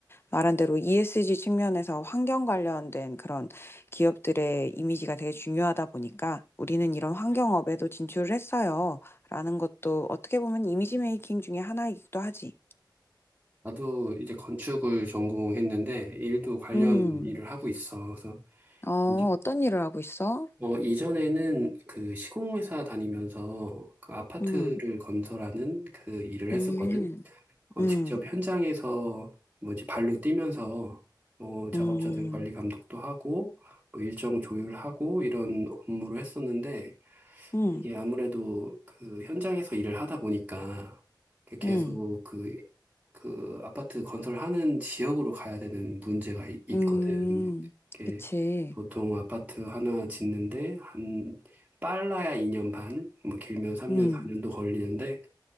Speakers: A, on the left; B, on the right.
A: 말한 대로 ESG 측면에서 환경 관련된 그런 기업들의 이미지가 되게 중요하다 보니까 우리는 이런 환경업에도 진출을 했어요. 라는 것도 어떻게 보면 이미지 메이킹 중에 하나이기도 하지.
B: 나도 이제 건축을 전공했는데 일도 관련
A: 음,
B: 일을 하고 있어. 그래서
A: 어,
B: 이제-
A: 어떤 일을 하고 있어?
B: 어, 이전에는 그 시공회사 다니면서 그 아파트를
A: 음,
B: 건설하는 그 일을 했었거든.
A: 음,
B: 어,
A: 음,
B: 직접 현장에서 뭐지 발로 뛰면서 뭐 작업자들
A: 음,
B: 관리 감독도 하고 뭐 일정 조율하고 이런 업무를 했었는데
A: 음,
B: 이게 아무래도 그 현장에서 일을 하다 보니까 그 계속
A: 음,
B: 그, 그 아파트 건설하는 지역으로 가야 되는 문제가 이- 있거든.
A: 음,
B: 이게
A: 그치.
B: 보통 아파트 하나 짓는데 한 빨라야 2년 반, 뭐 길면 3년,
A: 음,
B: 4년도 걸리는데